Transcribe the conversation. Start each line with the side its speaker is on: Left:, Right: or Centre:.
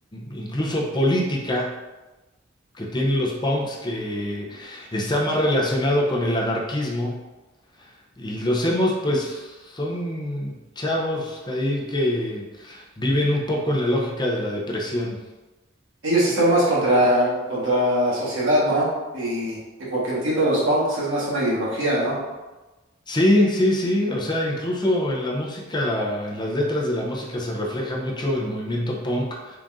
Left: incluso política que tienen los punks que está más relacionado con el anarquismo. Y los hemos pues, son chavos ahí que viven un poco en la lógica de la depresión.
Right: Ellos están más contra, contra la sociedad, ¿no? Y, y porque entiendo los punks, es más una ideología, ¿no?
Left: Sí, sí, sí, o sea, incluso en la música, en las letras de la música se refleja mucho el movimiento punk,